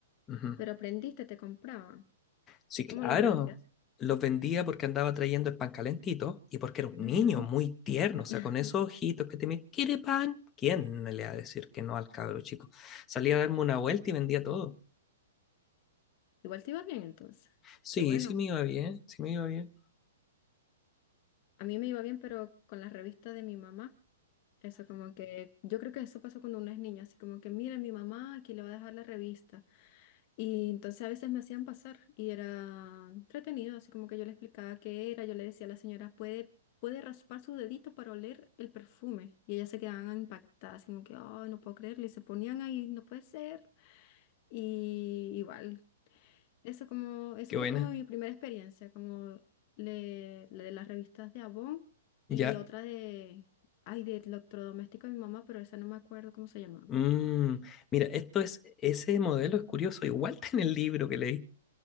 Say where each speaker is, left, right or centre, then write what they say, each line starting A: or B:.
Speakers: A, on the left; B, on the left.
A: ujú.
B: pero aprendiste, te compraban.
A: Sí, claro.
B: ¿Cómo los vendías?
A: Los vendía porque andaba trayendo el pan calentito y porque era un
B: Ujú.
A: niño muy tierno, o sea,
B: <laughs>
A: con esos ojitos que te miran, ¿quiere pan? ¿Quién le va a decir que no al cabro chico? Salía a darme una vuelta y vendía todo.
B: Igual te iba bien entonces.
A: Sí,
B: Qué bueno.
A: sí me iba bien, sí me iba bien.
B: A mí me iba bien, pero con la revista de mi mamá. Eso como que, yo creo que eso pasó cuando uno es niño, así como que, mira, mi mamá aquí le va a dejar la revista. Y entonces a veces me hacían pasar y era entretenido, así como que yo le explicaba qué era, yo le decía a la señora, puede, puede raspar su dedito para oler el perfume. Y ellas se quedaban impactadas, así como que, oh, no puedo creerlo. Y se ponían ahí, no puede ser. Y igual, eso como, eso
A: <laughs> qué
B: fue
A: buena.
B: como mi primera experiencia, como le, le de las revistas de Avon y
A: Ya.
B: otra de, ay, de electrodoméstico de mi mamá, pero esa no me acuerdo cómo se llamaba.
A: Mm, mira, esto es, ese modelo es curioso, igual <laughs> está en el libro que leí.